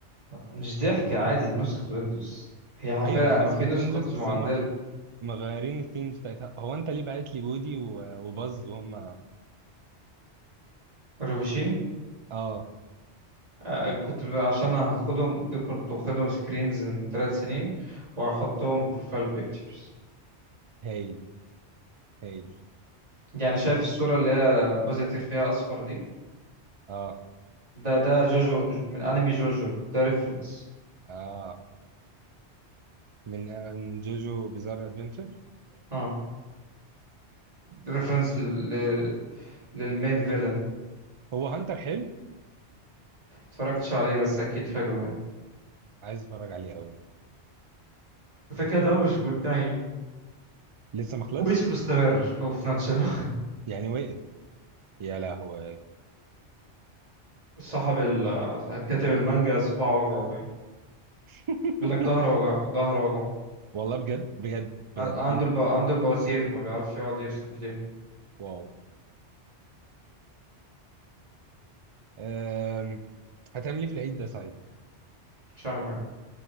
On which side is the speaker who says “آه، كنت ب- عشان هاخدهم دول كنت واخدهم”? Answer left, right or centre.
Right